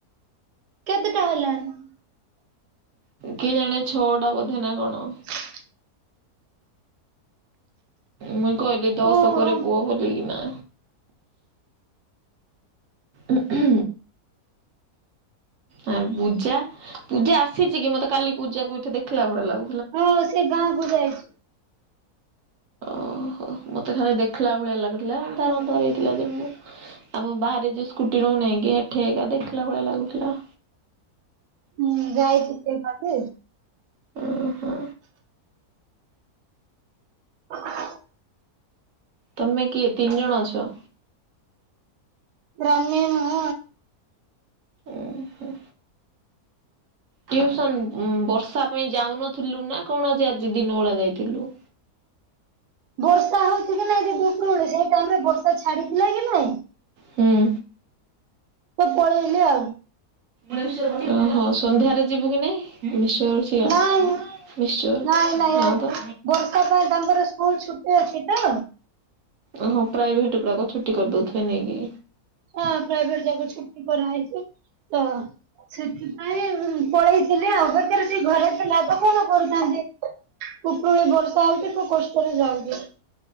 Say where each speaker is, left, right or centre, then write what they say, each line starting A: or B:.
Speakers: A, on the right; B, on the right.
A: କେତେଟା ହେଲାଣି?
B: କିଏ ଜାଣେ ଛଅ ଟା ବୋଧେ ନା କଣ?
A: <inaudible>
B: ମୁଇ କହିଲି ଦଶକରେ
A: ଓହୋ
B: ପୁଅ ବୋଲିକିନା। ଉଁହୁଁ। ଆ ପୂଜା ପୂଜା ଆସିଛି କି ମତେ କାଲି ପୂଜା କୁ ଏଠି ଦେଖିଲା ଭଳିଆ ଲାଗୁ
A: ହଁ ସେ ଗାଁ କୁ ଯାଇଛି।
B: ଓହୋ ମତେ ଖାଲି ଦେଖିଲା ଭଳିଆ ଲାଗୁଥିଲା ଅନ୍ଧାର ଅନ୍ଧାର ହେଇଥିଲା ଯେ ମୁଁ ଆମ ବାହାରେ ଯେ ସ୍କୁଟି ରହୁନେଇକିି ହେଠେ ଏକା ଦେଖିଲା ଭଳିଆ ଲାଗୁଥିଲା।
A: ହୁଁ ଯାଇଛିି ସେ କାଲି।
B: ଓହୋ।
A: <inaudible>
B: ତୁମେ କିଏ ତିନି ଜଣ ଅଛ?
A: <inaudible> ମୁଁ
B: ଉହୁଁ। ଟିଉସନ ଉଁ ବର୍ଷା ପାଇଁ ଯାଉନଥିଲୁ ନା କଣ ଆଜି ଆଜି ଦିନ ବେଳା ଯାଇଥିଲୁ?
A: ବର୍ଷା ହଉଛି କି ନାଇ ଦିଦି ଉପରବେଳି ସେଇ ଟାଇମ ରେ ବର୍ଷା ଛାଡିଥିଲା କି ନାଇଁ?
B: ହୁଁ।
A: ସବୁ ପଳେଇଲେ ଆଉ।
B: <inaudible> ଓହୋ ସନ୍ଧ୍ୟାରେ ଯିବୁ କି ନାଇଁ ମିକ୍ସଚର ଅଛି।
A: ନାଇଁ
B: ୟା ମିକ୍ସଚର
A: ନାଇଁ ନାଇଁ
B: ନା
A: ଆଉ
B: ତ।
A: ବର୍ଷା ପାଇଁ ତାଙ୍କର ସ୍କୁଲ ଛୁଟି ଅଛି ତ।
B: ଓହୋ ପ୍ରାଇଭେଟ ଗୁଡାକ ଛୁଟି କରିଦଉଥିବେ ନେଇ କି।
A: ହଁ ପ୍ରାଇଭେଟ ଯାକ ଛୁଟ୍ ଟି କରାହେଇଛି ତ ସେଥିପାଇଁ ପଳେଇଥିଲେ ଆଉ ବଟ୍ ତାର ସେ ଘରେ ଥିଲା ତ କଣ କରିଥାନ୍ତେ ଉପରଳି ବର୍ଷା ହଉଛି ତ କଷ୍ଟରେ ଯାଉଛି।